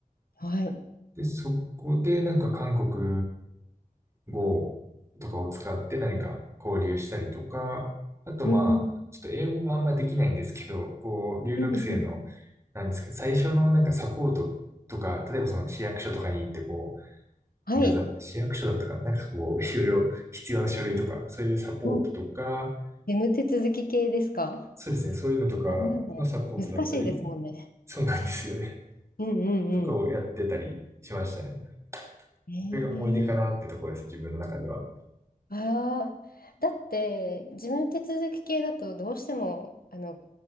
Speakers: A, on the left; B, on the right.
A: はい。
B: で、そこでなんか韓国 Go とかを使って何か交流したりとか、あとまあ、
A: うん。
B: ちょっと英語があんまできないんですけど、こう、留学生の、
A: うんうん。
B: なんですけど、最初のなんかサポートとか、例えばその市役所とかに行ってこ
A: はい。
B: う、なんかざ市役所だったかな、なんかこう、<laughs> いろいろ必要な書類とか、そういうサポートとか、
A: うん。眠手続き系ですか
B: そうですね、そういうのとかのサポートだったり、
A: あんなの難しいですもんね。
B: そうなんですよね。
A: うんうんうん。
B: <laughs> とかをやってたりしましたね。
A: えー、
B: それが思い出かなってところです、自分の中では。
A: ああ、だって事務手続き系だとどうしてもあの